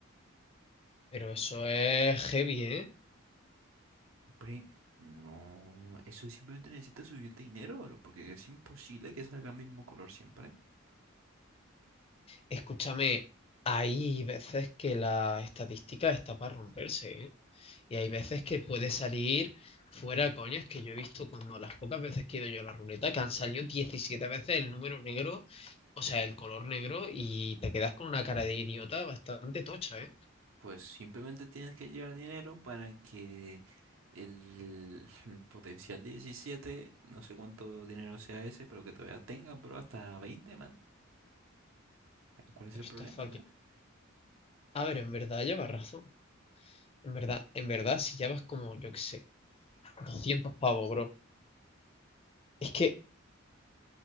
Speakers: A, on the left; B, on the right.
A: Pero eso es heavy, ¿eh?
B: Hombre, no, eso simplemente necesita suficiente dinero, bro, porque es imposible que salga el mismo color siempre.
A: Escúchame, hay veces que la estadística está para romperse, ¿eh? Y hay veces que puede salir fuera, coñas, que yo he visto cuando las pocas veces que he ido yo a la ruleta, que han salido 17 veces el número negro, o sea, el color negro, y te quedas con una cara de idiota bastante tocha, ¿eh?
B: Pues simplemente tienes que llevar dinero para que el, <laughs> potencial diecisiete no sé cuánto dinero sea ese, pero que todavía tengan, bro, hasta veinte man. ¿Cuál es
A: Pero
B: el
A: está
B: problema,
A: fucking...
B: sabes?
A: A ver, en verdad lleva razón. En verdad, en verdad, si llevas como, yo qué sé, 200 pavos, bro. Es que,